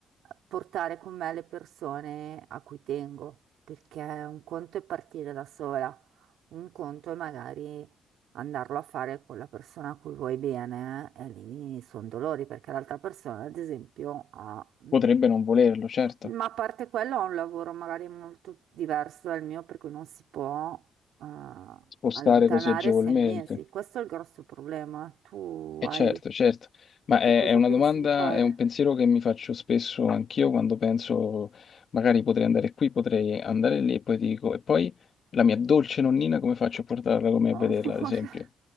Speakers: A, on the right (about 85°); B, on the left (about 50°).
A: portare con me le persone a cui tengo, perché un conto è partire da sola, un conto è magari andarlo a fare con la persona a cui vuoi bene, eh, e lì sono dolori perché l'altra persona, ad esempio, ha... mm,
B: Potrebbe non volerlo, certo,
A: ma a parte quello ha un lavoro magari molto diverso dal mio, per cui non si può eh,
B: spostare
A: allontanare
B: così agevolmente.
A: sei mesi. Questo è il grosso problema. Tu
B: E
A: hai...
B: certo, certo, ma
A: Tu che
B: è,
A: cosa
B: è una
A: pensi
B: domanda,
A: di fare?
B: è un pensiero
A: <laughs>
B: che mi faccio spesso anch'io quando penso magari potrei andare qui, potrei andare lì e poi dico, e poi la mia dolce nonnina come faccio a portarla con me
A: Oh,
B: a vederla,
A: Amore.
B: ad esempio?